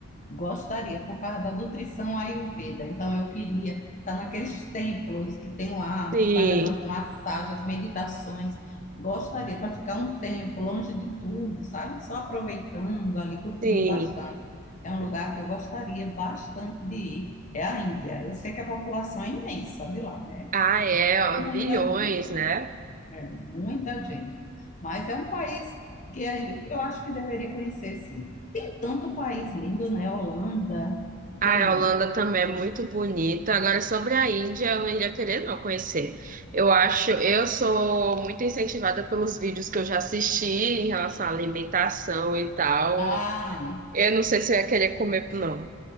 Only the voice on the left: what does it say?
Gostaria, por causa da nutrição Ayurveda. Então, eu queria estar naqueles templos que tem lá,
que faz aquelas massagens, as meditações. Gostaria para ficar um tempo longe de tudo, sabe? Só aproveitando ali, curtindo
bastante. É um lugar que eu gostaria bastante de ir. É a Índia. Eu sei que a população é imensa de lá, né?
É
muita
gente.
É, muita gente. Mas é um país que é- eu acho que deveria conhecer, sim. Tem tanto país lindo, né? Holanda,
que é lindo.
Ah,